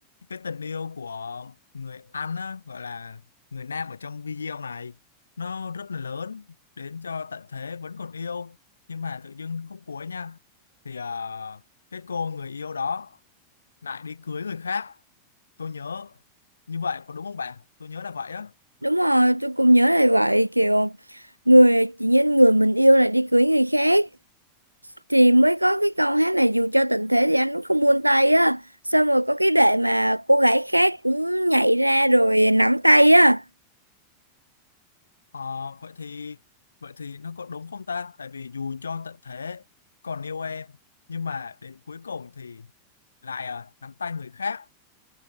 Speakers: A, on the left (about 75°); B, on the right (about 85°).
A: cái tình yêu của người anh á, gọi là người nam ở trong video này nó rất là lớn đến cho tận thế vẫn còn yêu nhưng mà tự dưng khúc cuối nha thì ờ, cái cô người yêu đó lại đi cưới người khác tôi nhớ như vậy có đúng không bạn tôi nhớ là vậy á
B: Đúng rồi, tôi cũng nhớ là vậy kiểu người chỉ nhân người mình yêu lại đi cưới người khác thì mới có cái câu hát này dù cho tình thế thì anh cũng không buông tay á xong rồi có cái đệ mà cô gái khác cũng nhảy ra rồi nắm tay á
A: Ờ, vậy thì vậy thì nó có đúng không ta? Tại vì dù cho tận thế còn yêu em nhưng mà đến cuối cùng thì lại à, nắm tay người khác.